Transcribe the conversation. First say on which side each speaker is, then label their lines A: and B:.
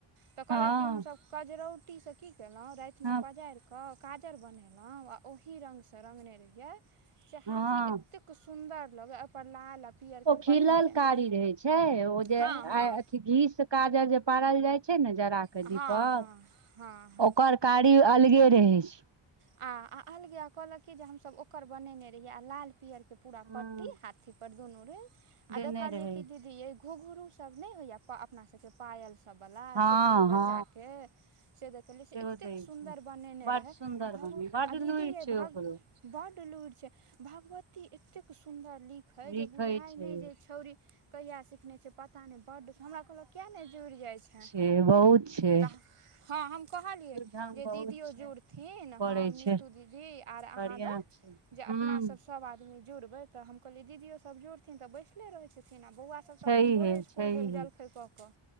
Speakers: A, on the right (about 85°); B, on the right (about 55°).
A: तऽ कहलक
B: हँ
A: कि हम सब कजरौटी से की केलौ राएत
B: हँ
A: मे पजाएर क काजर बनेलौ आ ओहि रंग से रंगने रहियै ते हाथी
B: हँ
A: एतेक सुन्दर लगे ओय पर लाल पियरके
B: ओ खिलल
A: पट्टी जेना
B: कारी रहे छै ओ जे
A: हँ हँ
B: आय अथी घी से काजर जे पारल जाय छै नै जरा के
A: हँ
B: दीपक
A: हँ हँ हँ
B: ओकर कारी अलगे रहै छै।
A: आ आ अलगे कहलक कि जे हमसब ओकर बनेनै रहिये आ लाल पीयर के पूरा
B: हँ
A: पट्टी हाथी पर दुनू रहे आ
B: देने
A: देखलिये
B: रहै
A: की दीदी ये घूघरू सब नै होयया पा अपना सब के पायल सब वला
B: हँ
A: छोट-छोट बच्चाके।
B: हँ
A: से देखेलियै से
B: सेहो
A: एतेक
B: दै
A: सुन्दर
B: छै
A: बनेनै
B: बड
A: रहै
B: सुन्दर
A: आ भग
B: बने
A: आ
B: बड
A: दीदी
B: लुरि
A: हे
B: छै
A: भग
B: ओकरो
A: बड लूर छै, भगवती एतेक सुंदर लि खै
B: लिखै
A: जे बुझाय
B: छै
A: नै जे छौड़ी कहिया सिखनाय छै। पता नै बड, हमरा कहलक कियाए नै जुड़ जाय छाए।
B: ए बहुत छै
A: त हां हम कहलियै
B: लुरि ढंग
A: जे
B: बहुत
A: दीदीयो
B: छै
A: जुड़थिन
B: करै
A: हम नीतू
B: छै
A: दीदी और अहां
B: बढ़िया
A: दऽ
B: छै हूं
A: जे अपना सब सब आदमी जुड़बै तऽ हम कहलियै दीदयो सब जुड़थिन तऽ बैसले रहै छथिन आ बौअवा सब त
B: छैहे
A: अपन भोरे स्कूल
B: छैहे
A: गेल जलखै कऽ केऽ